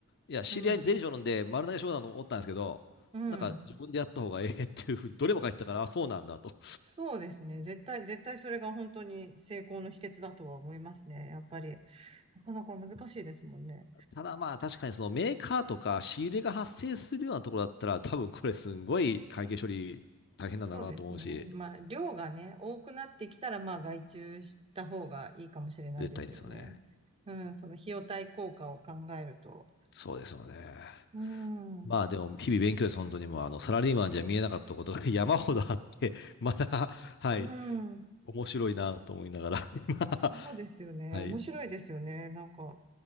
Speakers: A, on the left (about 50°); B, on the right (about 25°).
A: う、いや、知り合いに税理士おるんで、
B: うん。
A: 丸投げしようかなと思ったんですけど、
B: うん。
A: なんか自分でやった方がええっていうふうに、どれも書いてたから、あ、そうなんだと。
B: そうですね。絶対、絶対それが本当に成功の秘訣だとは思いますね。やっぱり、なかなか難しいですもんね。
A: ただまあ、確かにそのメーカーとか仕入れが発生するようなところだったら、多分これすんごい会計処理大変なんだろうなと思うし、
B: そうですね。まあ、量がね、多くなってきたら、まあ、外注した方がいいかもしれないですよね。
A: 絶対にですよね。
B: うん、その費用対効果を考えると。
A: そうですよね。
B: うん、
A: まあでも、
B: う
A: 日々勉強です、本当にもう、あの、サラリーマンじゃ見えなかったことが <laughs> 山ほどあって、まだ、はい、
B: ん。
A: 面白いなと思いながら、<laughs> 今
B: そうですよね。
A: はい。
B: 面白いですよね。なんか、